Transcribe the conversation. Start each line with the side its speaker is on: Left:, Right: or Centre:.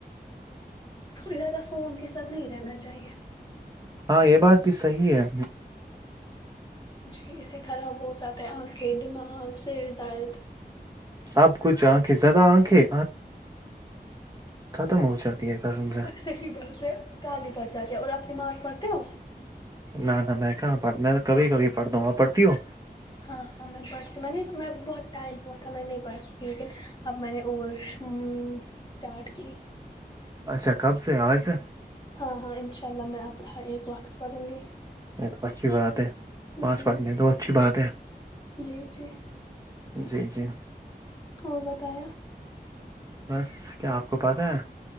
Left: زیادہ فون کے ساتھ نہیں رہنا چاہیے
Right: ہاں یہ بات بھی صحیح ہے
Left: جی اسے خراب ہو جاتا ہے آنکھیں دماغ سر درد
Right: سب کچھ آنکھیں زیادہ آکھیں ختم ہو جاتی ہے کان
Left: صحیح بات ہے کال ہی پھٹ جاتے ہے اور اپ نماز پڑھتے ہو
Right: نہ نہ میں کہاں پڑھ میں کبھی کبھی پڑھتا ہوں آپ پڑھتی ہو
Left: ہاں ہاں میں پڑھتی ہو میں نے بہت ٹائم ہوا تھا میں نہیں پڑھتی لیکن اب میں نے اور اسٹارٹ کی
Right: اچھا کب سے آج سے
Left: ہاں ہاں انشاء اللہ میں آپ ہر ایک وقت پڑوں گی
Right: یہ تو اچھی بات ہے پاس
Left: جی
Right: پڑنے
Left: جی
Right: تو اچھی بات ہے
Left: جی جی
Right: جی جی
Left: اور بتایے آپ
Right: بس کیا آپ کو پتہ ہے